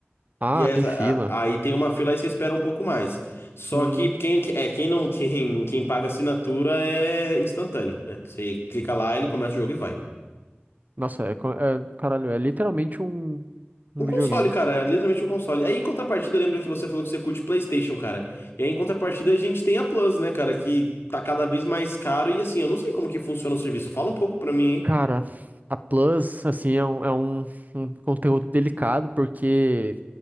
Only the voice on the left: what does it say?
E essa,
a- aí tem uma fila aí você espera um pouco mais. Só
que quem, que- é, quem não, <laughs> quem, quem paga assinatura é instantâneo, né? Você clica lá, ele começa o jogo e vai.
Um
console, cara, é literalmente um console. Aí em contrapartida, eu lembro que você falou que você curte PlayStation, cara. E aí em contrapartida a gente tem a Plus, né, cara, que tá cada vez mais caro e assim, eu não sei como que funciona o serviço. Fala um pouco pra mim, hein?